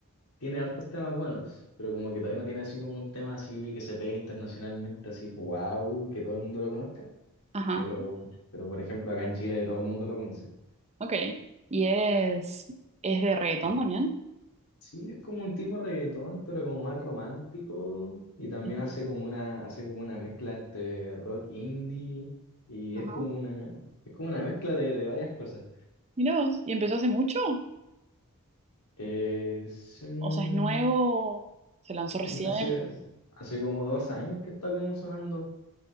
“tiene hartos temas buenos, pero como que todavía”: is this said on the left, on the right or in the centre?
Left